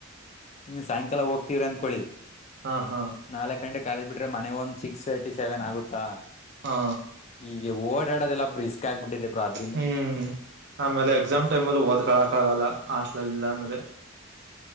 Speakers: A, on the left (about 35°); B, on the right (about 55°).
A: ನೀ ಸಾಯಂಕಾಲ ಹೋಗ್ತವ್ರಿ ಅಂದಕೊೊಳ್ಳಿ
B: ಹಾ ಹಾ
A: ನಾಲ್ಕು ಗಂಟ ಕಾಲೇಜ್ ಬಿಟ್ರೆ ಮನೆಗೆ ಒಂದು ಸಿಕ್ಸ್ ತರ್ಟಿ ಸೆವೆನ್ ಆಗುತ್ತಾ
B: ಹಾ
A: ಈಗ ಓಡಾಡೋದೆಲ್ಲಾ ರಿಸ್ಕ್ ಆಗ್ಬಿಟ್ಟಿದೆ ಬ್ರೋ ಅದು
B: ಹ್ಮ್ ಆಮೇಲೆ ಎಕ್ಸಾಮ್ ಟೈಮ್ ಅಲ್ಲಿ ಓದ್ಕಳಕ್ ಆಗಲ್ಲ ಹಸ್ಟ್ಲಲ್ಲಿ ಇಲ್ಲ ಅಂದ್ರೆ